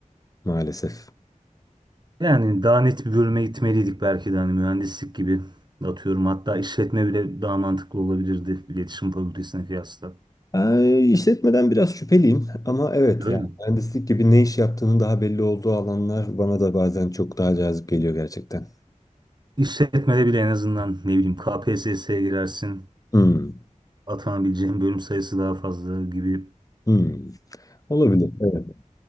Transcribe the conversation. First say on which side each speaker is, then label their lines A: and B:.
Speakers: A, on the left (about 25°); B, on the right (about 35°).
A: maalesef.
B: Yani daha net bir bölüme gitmeliydik belki de hani mühendislik gibi atıyorum hatta işletme bile daha mantıklı olabilirdi iletişim fakültesine kıyasla.
A: Ee, işletmeden biraz şüpheliyim ama evet
B: Öyle
A: yani
B: mi?
A: mühendislik gibi ne iş yaptığının daha belli olduğu alanlar bana da bazen çok daha cazip geliyor gerçekten.
B: İşletmede bile en azından ne bileyim KPSS'ye girersin
A: Hmm,
B: atanabileceğin bölüm sayısı daha fazla gibi
A: hmm. Olabilir. evet.